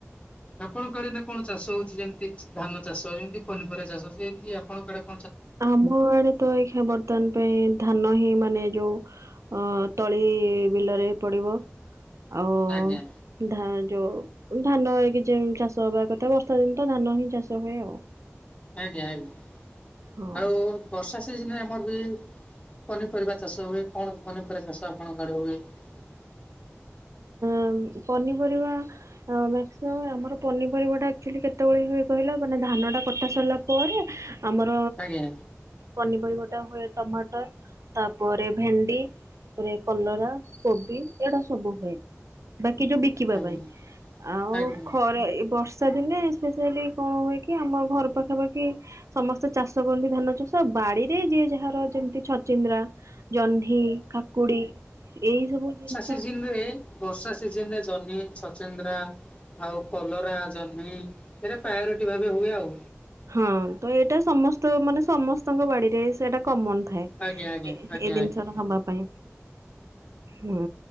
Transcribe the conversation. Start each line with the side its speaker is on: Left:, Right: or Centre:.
Left: ଆପଣଙ୍କ ଆଡେ ଏଇନା କଣ ଚାଷ ହୋଉଚି ଯେମତି ଧାନ ଚାଷ ଯେମିତି ପନିପରିବା ଚାଷ ସେମିତି ଆପଣଙ୍କ ଆଡ଼େ
Right: ଆମ ଆଡେ ତ ଏଖାଁ ବର୍ତ୍ତମାନ ପାଇଁ ଧାନ ହେ ମାନେ ଯୋଉ ଅଁ ତଳି ବିଲରେ ପଡିବ ଆଉ
Left: ଆଜ୍ଞା।
Right: ଧାଁ ଯୋଉ ଧାନ ହେଇକି ଯୋଉ ଚାଷ ହବା କଥା ବର୍ଷା ଦିନ ତ ଧାନ ହିଁ ଚାଷ ହୁଏ ଆଉ।
Left: ଆଜ୍ଞା ଆଜ୍ଞା
Right: ହଁ।
Left: ଆଉ ବର୍ଷ ର୍ଷା ସିଯିନରେ ଆଡେ ହୁଏ ପନିପରିବା ଚାଷ ହୁଏ। କଣ ପନିପରିବା ଚାଷ ଆପଣଙ୍କ ଆଡ଼େ ହୁଏ? <inaudible>
Right: ଉଁ ପନିପରିବା ଆଁ ମ୍ୟାକ୍ସିମମ ଆମର ପନିପରିବା ଟା ଆକ୍ଚୋଲି କେତେବୋଳେ ହୁଏ କହିଲ ମାନେ ଧାନ ଟା କଟା ସାରିଲା ପରେ ଆମର
Left: ଆଜ୍ଞା
Right: ପନିପରିବାଟା ହୋଏ ଟମାଟର ତାପରେ ଭେଣ୍ଡି ତାପରେ କଲରା କୋବି ଏଗୁଡା ସ ସବୁ ହୋଏ ବାକି ଯୋଉ ବିକିବା
Left: ଆଜ୍ଞା
Right: ପାଇଁ ଆଉ
Left: ଆଜ୍ଞା
Right: ଖରା ଏଇ ବର୍ଷା ଦିନେ ସ୍ପେସିଆଲି କଣ ହୁଏ କି ଆମ ଘର ପାଖାପାଖି ସମସ୍ତେ ଚାଷ କରନ୍ତି ଧାନ ଚାଷ ଆଉ ବାଡିରେ ଯିଏ ଯାହାର ଯେମିତି ଛଚିନ୍ଦ୍ରା ଜହ୍ନି କାକୁଡି ଏଇ ସବୁ ଜିନ୍
Left: ସିଜିନ ରେ ବର୍ଷା ସିଜିନ ରେ ଜହିଁ ଛଚିନ୍ଦ୍ରା ଆଉ କଲରା ଜହିଁ ଏରା ପାୟୋରୋଟି ଭବେ ହୁଏ ଆଉ
Right: ହଁ ତ ଏଟା ସମସ୍ତ ମାନେ ସମସ୍ତଙ୍କ ବାଡିରେ ସେଟା କମନ ଥାଏ
Left: ଆଜ୍ଞା ଆଜ୍ଞା
Right: ଏ
Left: ଆଜ୍ଞା
Right: ଏ ଦିନ୍ସଟା
Left: ଆଜ୍ଞା।
Right: ହବା ପାଇଁ ହୁଁ